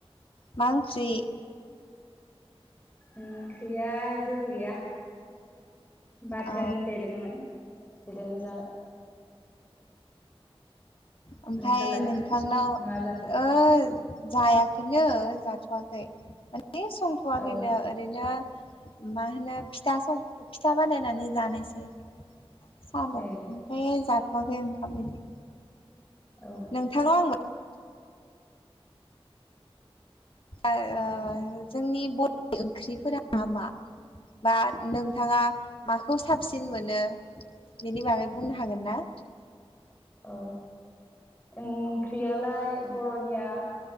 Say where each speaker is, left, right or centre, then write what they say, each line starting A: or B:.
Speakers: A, on the left; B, on the left.
A: मा ओंख्रि।
B: ओंख्रिया जेबो गैया। बाथोन
A: अ
B: देदोंमोन बिजोंनो जाबाय।
A: ओमफाय
B: नोंसालाय
A: नोंथांनाव
B: मा जाखो
A: ओ जायाखै बिदिनो जाथ'वाखै माने संथ'वाखैनो।
B: औ
A: ओरैनो मा होनो फिथा सं फिथा बानायनानै जानोसै। साहादों
B: ए
A: ओमफ्राय जाथ'वाखै ओंखाम बिदि
B: औ
A: नोंथांनाव आं ओ जोंनि बर'नि ओंख्रिफोरा मा मा? बा नोंथाङा माखौ साबसिन मोनो? बेनि बागै बुंनो हागोन ना?
B: औ ओंख्रियालाय बर'निया